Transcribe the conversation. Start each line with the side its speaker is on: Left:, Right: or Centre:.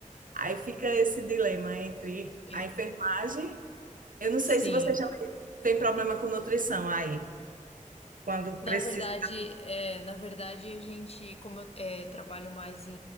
Right: Aí fica esse dilema entre
Left: E-
Right: a enfermagem. Eu não
Left: Sim.
Right: sei se você já tem problema com nutrição aí quando
Left: Na
Right: precisa.
Left: verdade, é, na verdade, a gente, como eu é, trabalho mais em,